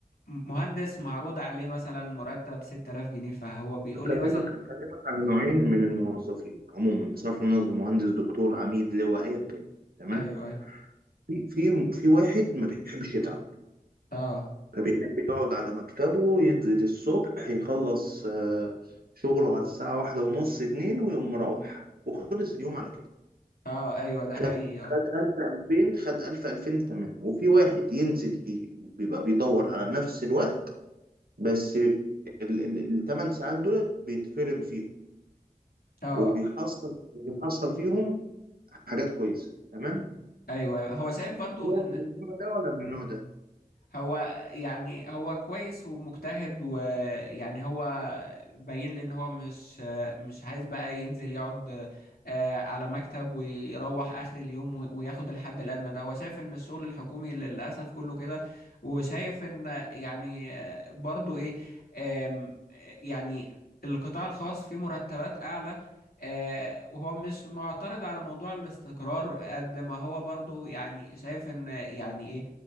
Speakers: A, on the left; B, on the right.
A: مهندس معروض عليه مثلا مرتب 6000 جنيه فهو بيقول
B: بكلمك
A: لي مثلا
B: بكلمك على نوعين من الموظفين عموما بصرف النظر مهندس دكتور عميد لواء ايا كان تمام
A: ايوه ايوه
B: في في في واحد ما بيحبش يتعب
A: اه
B: فبيحب يقعد على مكتبه ينزل الصبح يخلص آه، شغله على الساعة واحدة ونص اتنين ويقوم مروح وخلص اليوم على كده
A: اه ايوه ده
B: خد
A: حقيقي اه
B: خد ألف ألفين خد ألف ألفين تمام وفي واحد ينزل ي- بيبقى بيدور على نفس الوقت بس الثمان ساعات دول بيتفرم فيهم
A: اه
B: وبيحصل وبيحصل فيهم حاجات كويسة تمام
A: ايوه ايوه هو شايف برضو
B: فهو
A: ان
B: من النوع ده ولا من النوع ده؟
A: هو يعني هو كويس ومجتهد ويعني هو باين لي ان هو مش مش عايز بقى ينزل يقعد آه، على مكتب ويروح اخر اليوم و- وياخد الحد الادنى ده هو شايف ان الشغل الحكومي للاسف كله كده وشايف ان يعني آه، برضو ايه آم، يعني القطاع الخاص فيه مرتبات اعلى آه، وهو مش معترض على موضوع الاستقرار قد ما هو برضو يعني شايف ان يعني إيه،